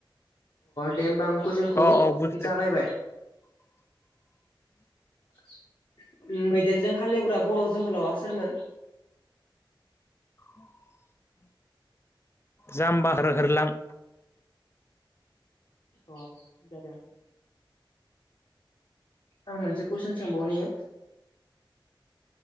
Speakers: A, on the left; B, on the left.
A: दे होमबा आं कुइसनखौ
B: अ औ बुजिदों
A: जागायबाय।
B: <inaudible>
A: <inaudible> उम मैदेरजों हालेवग्रा बर' जोहोलावा सोरमोन?
B: <unintelligible> जाम्बाहोर होरलां।
A: अ जादो। आं मोनसे कुइसन सोंबावनि